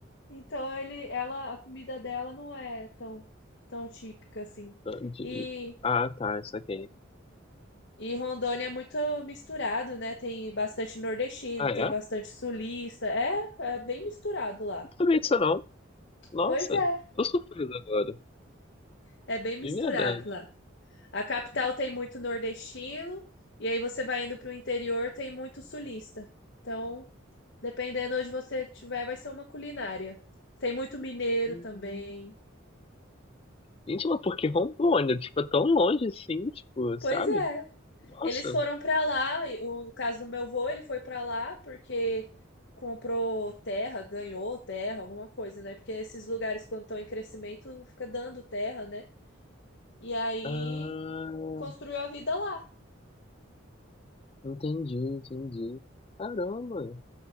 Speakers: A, on the left; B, on the left.
A: então ele, ela, a comida dela não é tão tão típica assim.
B: Tá, de-
A: E
B: Ah, tá, isso aqui.
A: E Rondônia é muito misturado, né? Tem bastante nordestino,
B: Ah, é?
A: tem
B: Não
A: bastante sulista. É, é bem misturado lá.
B: sabia disso, não. Nossa,
A: Pois é,
B: tô surpreso agora.
A: É bem misturado
B: De verdade.
A: lá. A capital tem muito nordestino, e aí você vai indo para o interior, tem muito sulista. Então, dependendo onde você tiver, vai ser uma culinária. Tem muito mineiro
B: Hum.
A: também.
B: Gente, mas por que Rondônia? Tipo, é tão longe assim, tipo,
A: Pois
B: sabe?
A: é.
B: Nossa.
A: Eles foram para lá, e o- no caso do meu avô, ele foi para lá porque comprou terra, ganhou terra, alguma coisa, né? Porque esses lugares, quando estão em crescimento, fica dando terra, né? E aí
B: Ah,
A: construiu a vida lá.
B: entendi, entendi. Caramba.